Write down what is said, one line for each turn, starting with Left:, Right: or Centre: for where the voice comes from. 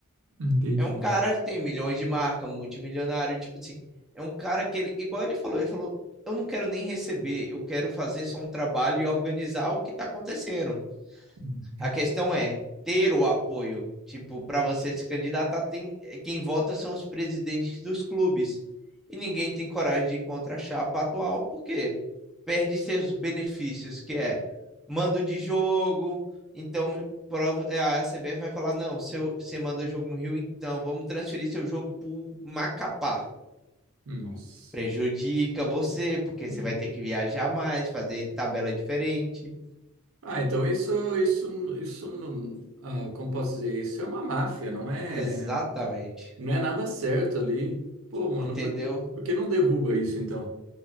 Right: entendi.
Centre: é um cara que tem milhões de marca, multimilionário, tipo assim, é um cara que ele, igual ele falou, ele falou, eu não quero nem receber, eu quero fazer só um trabalho e organizar o que tá acontecendo.
Right: Hum.
Centre: A questão é ter o apoio. Tipo, para você se candidatar, tem, quem vota são os presidentes dos clubes. E ninguém tem coragem de ir contra a chapa atual, porque perde seus benefícios, que é mando de jogo. Então, a CBF vai falar: não, seu, você manda jogo no Rio, então vamos transferir seu jogo para Macapá.
Right: Nossa.
Centre: Prejudica você, porque
Right: Hum.
Centre: você vai ter que viajar mais, fazer tabela diferente.
Right: Ah, então isso, isso, isso, não- ah, como posso dizer, isso é uma máfia, não é,
Centre: Exatamente.
Right: não é nada certo ali. Pô, mano,
Centre: Entendeu?
Right: por, por que não derruba isso então?